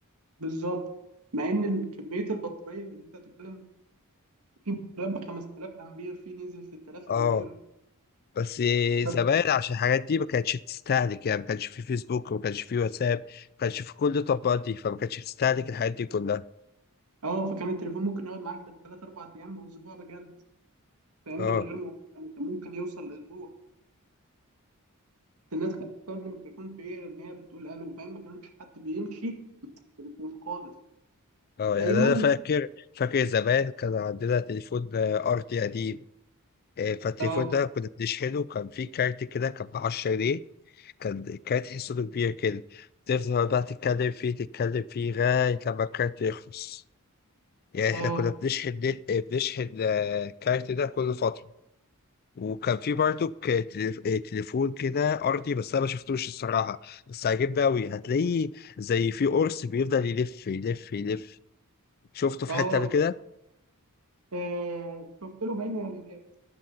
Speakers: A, on the right; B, on the left.
A: بالظبط مع ان ال- كميه البطاريه اللي انت بتتكلم في بطاريات ب 5000 امبير في نزل 6000
B: اه
A: امبير
B: بس
A: بس
B: زمان عشان الحاجات دي ما كانتش بتستهلك يعني ما كانش في فيسبوك وما كانش في واتساب ما كانش في كل التطبيقات دي فما كانتش بتستهلك الحاجات دي كلها
A: اه فكان التليفون ممكن يقعد معاك بالثلاث اربع ايام واسبوع بجد فاهمني
B: اه
A: من غير مبالغه يعني كان ممكن يوصل لاسبوع الناس كانت بتستخدم التليفون في ايه ان هي بتقول الو فاهم ما كانش حد بيمشي تليفون خالص
B: اه يعني
A: دايما
B: أنا فاكر فاكر زمان كان عندنا تليفون آه، أرضي قديم آه، فالتليفون
A: اه
B: ده كنا بنشحنه كان فيه كارت كده كان ب 10 جنيه كانت كانت حصته كبيرة كده تفضل بقى تتكلم فيه تتكلم فيه لغاية لما الكارت يخلص يعني
A: اه
B: احنا كنا بنشحن نت بنشحن آه، الكارت ده كل فترة وكان في برضو ك- تليف- آه، تليفون كده أرضي بس أنا ما شفتوش الصراحة بس عجبني أوي هتلاقيه زي في قرص بيفضل يلف يلف يلف شفته في
A: اه
B: حتة قبل كده
A: آه، شفت له باين اعلانات